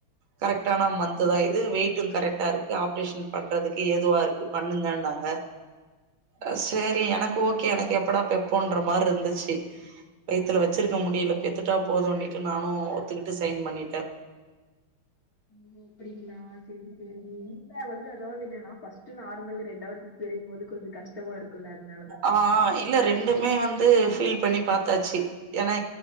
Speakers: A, on the right; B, on the left.
A: கரெக்டானா
B: சரி,
A: மந்த்
B: சரி.
A: தான் இது வெயிட் டும் கரெக்ட்டா இருக்கு ஆப்ரேஷன் பண்றதுக்கு ஏதுவா இருக்கு பண்ணுங்க இன்னாங்க
B: ம்,
A: அ செரி எனக்கு ஓகே எனக்கு எப்படா பெப்போன்ற மாரி இருந்துச்சு வயித்துல
B: ம்.
A: வச்சிருக் க முடியல பெத்துட்டா போதும்ன்னிட்டு நானும் ஒத்துக்கிட்டு சைன் பண்ணிட்டே
B: ம் அப்டிங்களா செரி செரி இல்ல வந்து அதாவது என்னன்னா ஃபஸ்ட் நார்மல் ரெண்டாவ்து சிஸ்செரியன் போது கொஞ்சம் கஷ் கஷ்டமா இருக்குல்ல அதுனா
A: ஆ இல்ல ரெண்டுமே வந் து ஃபீல் பண்ணி பாத்தாச்சு ஏன்னா